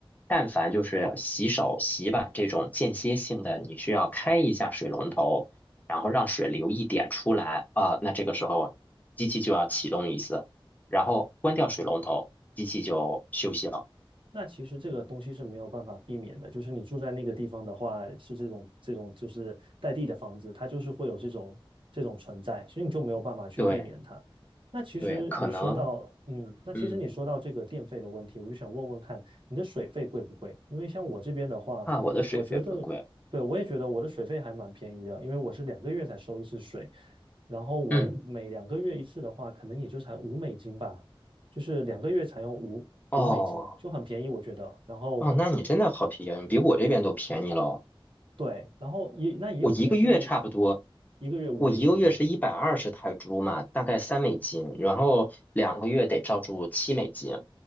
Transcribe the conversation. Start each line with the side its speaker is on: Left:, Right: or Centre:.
Left: 但凡就是洗手、洗碗这种间歇性的，你需要开一下水龙头，然后让水流一点出来啊，那这个时候机器就要启动一次，然后关掉水龙头，机器就休息了。
Right: 那其实这个东西是没有办法避免的，就是你住在那个地方的话，是这种这种就是带地的房子，它就是会有这种这种存在，所以你就没有办法去避免它。
Left: 对
Right: 那其实你说到，
Left: 对，可能
Right: 嗯，那其实你说到这个电费的问题，
Left: 嗯，
Right: 我就想问问看，你的水费贵不贵？因为像我这边的话，
Left: 啊，我的水费不贵。
Right: 我觉得，对，我也觉得我的水费还蛮便宜的，因为我是两个月才收一次水，然后我每两个月一次的话，
Left: 嗯。
Right: 可能也就才五美金吧，就是两个月才用五五美金，
Left: 哦，
Right: 就很便宜，我觉得。然后
Left: 哦，那你真的好便宜，比我这边都便宜喽。
Right: 对，然后也那也有可能是因
Left: 我一个月差不多，
Right: 一个月五美金吗？
Left: 我一个月是一百二十泰铢嘛，大概三美金，然后两个月得照住七美金。